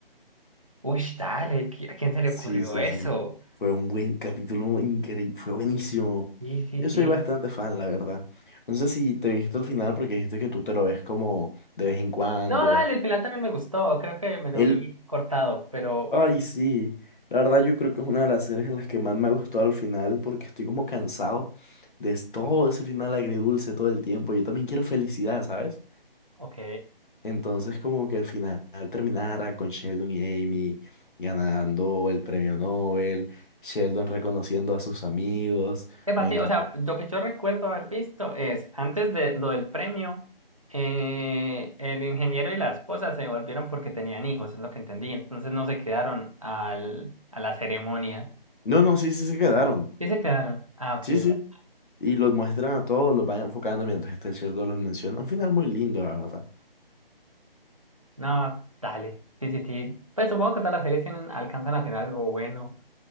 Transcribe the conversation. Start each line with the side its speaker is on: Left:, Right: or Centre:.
Right: uff, dale, ¿qui- ¿a quién se le
Left: Sí,
Right: ocurrió
Left: sí,
Right: eso?
Left: sí. Fue un buen capítulo increíble. Fue buenísimo.
Right: Sí, sí,
Left: Yo
Right: sí.
Left: soy bastante fan, la verdad. No sé si te viste al final porque dijiste que tú te lo ves como de vez en cuando.
Right: No, dale,
Left: a-
Right: el final también me gustó. Creo que me lo
Left: Él,
Right: vi cortado, pero
Left: ay, sí. La verdad, yo creo que es una de las series en las que más me ha gustado al final porque estoy como cansado de es- todo ese final agridulce todo el tiempo. Yo también quiero felicidad, ¿sabes?
Right: ok.
Left: Entonces, como que al final terminara con Sheldon y Amy ganando el premio Nobel, Sheldon reconociendo a sus amigos,
Right: es
Left: me
Right: sí,
Left: encantó.
Right: o sea, lo que yo recuerdo haber visto es, antes de lo del premio, eh, el ingeniero y la esposa se devolvieron porque tenían hijos, es lo que entendí. Entonces no se quedaron al, a la ceremonia.
Left: No, no, sí, sí se quedaron.
Right: Sí se quedaron. Ah, ok.
Left: Sí, sí.
Right: da-
Left: Y los muestran a todos, los van enfocando mientras este Sheldon los menciona. Un final muy lindo, la verdad.
Right: No, dale. Sí, sí, sí. Pues supongo que todas las series tienen, alcanzan a tener algo bueno.